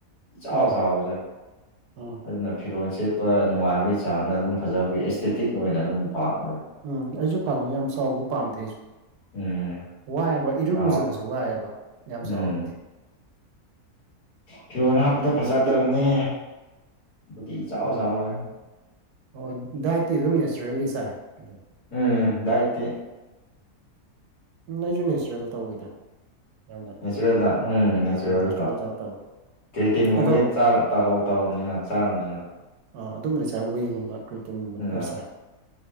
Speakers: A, on the left (about 80°); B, on the right (about 75°).
A: ꯏꯆꯥꯎ
B: ꯑꯧ
A: ꯆꯥꯎꯕꯁꯦ
B: ꯎꯝ
A: ꯑꯗꯨꯅ ꯐꯤꯔꯣꯟ ꯁꯦꯠ__ ꯄ ꯅꯨꯡꯉꯥꯏꯕꯩ ꯆꯥꯡꯗ ꯑꯗꯨꯝ ꯐꯖꯕꯒꯤ ꯑꯦꯁꯊꯦꯇꯤꯛ ꯑꯣꯏꯅ ꯑꯗꯨꯝ ꯄꯥꯝꯃꯦ
B: ꯎꯝ ꯑꯩꯁꯨ ꯄꯥꯝꯃꯦ ꯌꯥꯝ ꯆꯥꯎꯕ ꯄꯥꯝꯗꯦ ꯑꯩꯁꯨ
A: ꯎꯝ
B: ꯋꯥꯏꯑꯦꯕ ꯏꯔꯨꯝ
A: ꯑꯥ
B: ꯂꯨꯖꯕꯁꯨ ꯋꯥꯏꯑꯦꯕ ꯌꯥꯝ
A: ꯎꯝ
B: ꯆꯥꯎꯔꯗꯤ
A: ꯐꯤꯔꯣꯟ ꯍꯥꯞꯄꯗ ꯐꯖꯗꯕꯅꯦ ꯕꯨꯗꯤ ꯏꯆꯥꯎ ꯆꯥꯎꯔꯒ
B: ꯑꯣ ꯗꯥꯏꯠꯇꯤ ꯑꯗꯨꯝ ꯅꯦꯆꯔꯦꯂꯤ ꯆꯥꯏ ꯑꯗꯨꯝ
A: ꯎꯝ ꯗꯥꯏꯠꯇꯤ
B: ꯎꯝ ꯑꯩꯁꯨ ꯅꯦꯆꯔꯦꯜ ꯇꯧꯋꯤꯗ ꯌꯥꯝꯅ
A: ꯅꯦꯆꯔꯦꯜꯗ ꯎꯝ ꯅꯦꯆꯔꯦꯜ
B: ꯎꯝ ꯗꯥꯏꯠ ꯇꯧꯋꯤ
A: ꯀꯔꯤꯇꯒꯨꯝꯕꯤ
B: ꯑꯗꯣ
A: ꯆ ꯇ ꯇꯧꯔꯕꯝꯅꯤꯅ ꯆꯥꯔꯕꯅꯤꯅ
B: ꯑ ꯑꯗꯨꯝꯕꯗꯤ ꯁꯥꯏ ꯋꯦꯒꯨꯝꯕ ꯀ꯭ꯔꯤꯇꯟꯒꯨꯝꯕꯗꯤ
A: ꯎꯝ
B: ꯈꯔ ꯁꯥꯏ